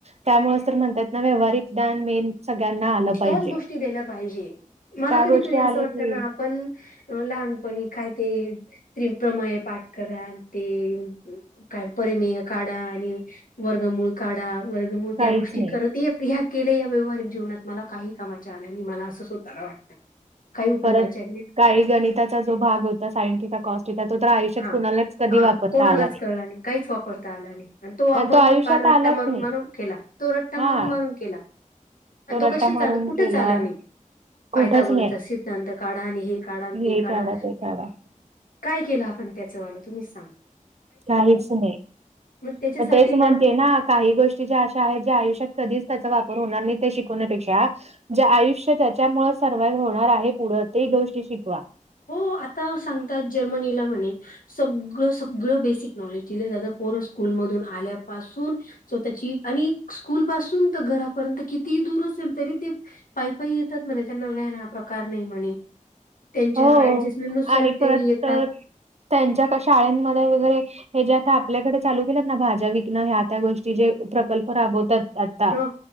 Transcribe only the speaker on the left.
त्याच गोष्टी पाहिजे मला
कधी
कधी अस
वाट.
पण लहानपणी काय ते. त्रिप्रमय पाठ करा ते काय परमेह काढा आणि वर्गमूळ काढा. वर्गमू
त्या गोष्टी
करत ह्या केल्या या व्यवहारिक जीवनात. मला काही कामाच्या आल्या आणि मला असं स्वतःला वाटतं काही उपयोगाचे
आणि.
हा
हा
कोणालाच
कळला नाही काहीच वापरता आला नाही तो आपण
पार
रट्टा मारून
मारून केला तो रट्टा
मारून मारून केला आणि
तो कश
चाल कुठेच
आला नाही
पायथागोरसचा
सिद्धांत काढा आणि हे काढा आणि
ते काढा
काय केलं आपण त्याच मला तुम्हीच सांगा
मग त्याच्यासाठी
हो आता सांगतात जर्मनीला म्हणे सगळं सगळं बेसिक नॉलेज दिल जात पोर स्कूल मधून आल्यापासून स्वतःची आणि स्कूल पासून तर घरापर्यंत किती दूर असेल तरी ते पायी पायी येतात म्हणे त्यांना व्हॅन हा प्रकार नाही म्हणे त्यांच्या
ऍडजस्टमेंट नुसार
ते
येतात
हो